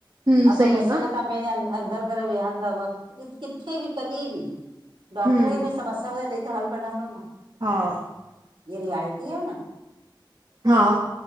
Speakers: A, on the right; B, on the right.
A: हम्म
B: असां
A: सही
B: पंहिंजा
A: आहे न
B: अंदर करे वेहंदव किथे बि कॾहिं बि। डॉक्टर
A: हम्म
B: खे बि समस्या बुधाए तडिही त हल कढदो न।
A: हा।
B: इ रियालटी आ न।
A: हा।